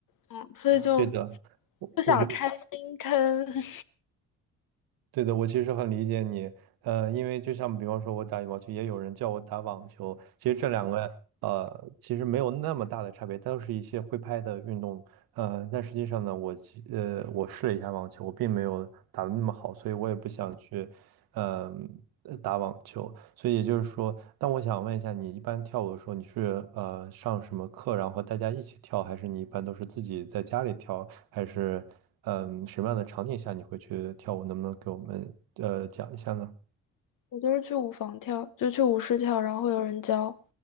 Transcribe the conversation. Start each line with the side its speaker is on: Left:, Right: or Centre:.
Left: 嗯，所以就
Right: 对的，我我觉得。
Left: 不想开新坑，
Right: 对的，我其实很理解你，呃，因为就像比方说，我打羽毛球，也有人叫我打网球，其实这两个呃，其实没有那么大的差别，都是一些挥拍的运动，呃，但实际上呢，我其呃，我试了一下网球，我并没有打得那么好，所以我也不想去，嗯、呃打网球。所以也就是说，但我想问一下，你一般跳舞的时候，你是呃上什么课，然后和大家一起跳，还是你一般都是自己在家里跳，还是嗯、什么样的场景下你会去跳舞？能不能给我们呃讲一下呢？
Left: <laughs> 我就是去舞房跳，就去舞室跳，然后会有人教，